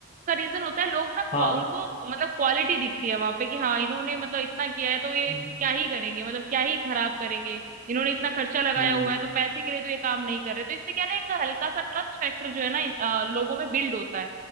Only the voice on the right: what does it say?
का रीजन होता है लोग ना क्वा-
उनको मतलब क्वालिटी दिखती है वहां पे कि हाँ इन्होंने मतलब इतना किया है तो ये
क्या ही करेंगे मतलब क्या ही खराब करेंगे इन्होंने इतना खर्चा लगाया
हुआ है तो पैसे के लिए तो ये काम नहीं कर रहे तो इससे क्या है ना एक हल्का सा ट्रस्ट फैक्टर जो है ना अ, लोगों में बिल्ड होता है